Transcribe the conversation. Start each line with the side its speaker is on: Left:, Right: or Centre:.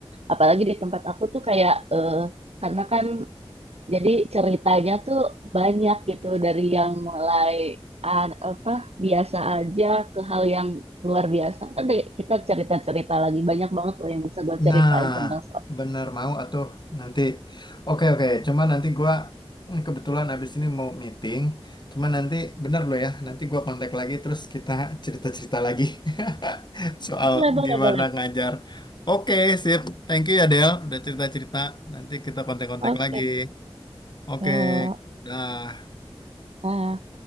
Right: apalagi di tempat aku tuh kayak eh, karena kan Jadi ceritanya tuh banyak gitu dari yang mulai an- apa biasa aja ke hal yang luar biasa. Nanti kita cerita-cerita lagi banyak banget loh yang bisa gue ceritain
Left: nah,
Right: tentang Star.
Left: bener mau atuh nanti. Oke oke, cuma nanti gua hmm, kebetulan abis ini mau meeting. Cuma nanti bener loh ya, nanti gua kontak lagi terus kita cerita-cerita lagi <laughs> soal
Right: Boleh, boleh,
Left: gimana
Right: boleh.
Left: ngajar. Oke, sip. Thank you ya Del, udah cerita-cerita. Nanti kita kontak-kontak
Right: Oke.
Left: lagi. Oke,
Right: Eh,
Left: dah.
Right: eh,